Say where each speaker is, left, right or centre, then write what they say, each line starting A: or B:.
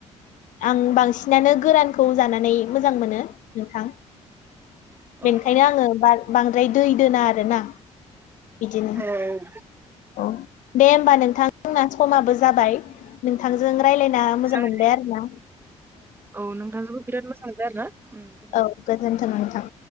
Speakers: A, on the left; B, on the right.
A: आं बांसिनानो गोरानखौ जानानै मोजां मोनो नोंथां।
B: औ
A: बेखायनो आङो बार बांद्राय दै दोना आरोना बिदिनो
B: औ औ
A: औ दे होमबा नोंथांना समाबो जाबाय। नोंथांजों रायज्लायना मोजां
B: जागोन
A: मोनबाय आरो ना।
B: औ नोंथांजोबो बिराद मोजां जाया आरो ना।
A: औ गोजोन्थों नों थां